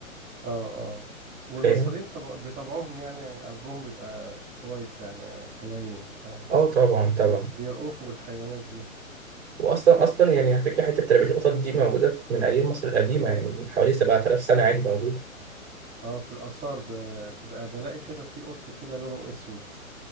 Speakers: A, on the right; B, on the right.
A: اه اه والمصريين
B: فاهم؟
A: طبع بطبعهم يعني قلبهم بيبقى كويس يعني حنين
B: اه طبعا
A: فبيرأفوا
B: طبعا
A: بالحيوانات دي
B: واصلا اصلا يعني على فكره حته تربيه القطط دي موجوده في من ايام مصر القديمه يعني من حوالي 7000 سنه عادي موجوده
A: اه في الآثار ب- بيبقى بلاقي كده في قط كده لونه أسود